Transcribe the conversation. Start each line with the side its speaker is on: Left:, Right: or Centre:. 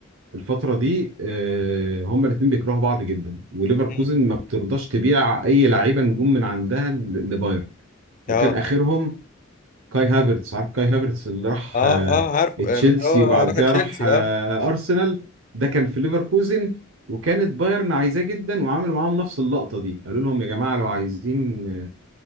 Right: الفترة دي آه، هما الاتنين بيكرهوا بعض جدا وليفركوزن
Left: مم.
Right: ما بترضاش تبيع اي لعيبة نجوم من عندها ل- لبايرن وكان
Left: اه
Right: اخرهم كاي هافرتس عارف كاي هافرتس اللي راح
Left: اه
Right: آه،
Left: اه عارفه آه،
Right: تشيلسي
Left: مش هو
Right: وبعد
Left: راح
Right: كده
Left: تشيلسي
Right: راح آه،
Left: اه
Right: ارسنال ده كان في ليفركوزن وكانت بايرن عايزاه جدا وعملوا معاهم نفس اللقطه دي قالوا لهم يا جماعه لو عايزين